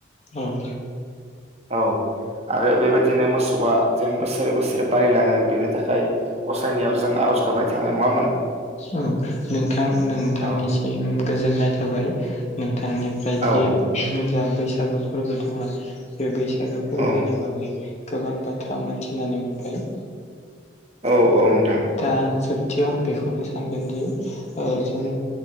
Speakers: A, on the left; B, on the right.
A: औ
B: औ आरो बेबायदिनो मोसौआ जेन बोसोर बोसोर बारिलाङो बेनि थाखायनो जों आर'ज गाबनाय थांनाय नंङा
A: औ नोंथां नोंथांनिसिम
B: औ
A: गोजोननाय थाबाय। नोंथांनिफ्रायदि
B: औ
A: जा बैसागो फोरबो दंङ बे बैसागो फोरबोनि
B: औ
A: बागै गोबां बाथ्रा मोनथिनानै मोनबाय।
B: औ औ नोंथां
A: दा जोबथियाव आं बेखौनो सानगोनदि जों